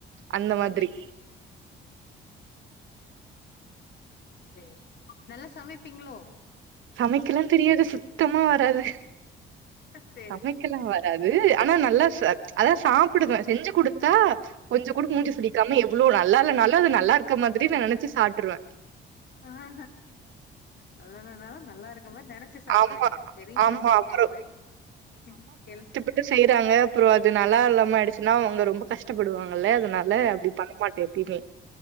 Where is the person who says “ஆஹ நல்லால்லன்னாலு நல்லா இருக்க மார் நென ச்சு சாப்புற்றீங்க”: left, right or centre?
Left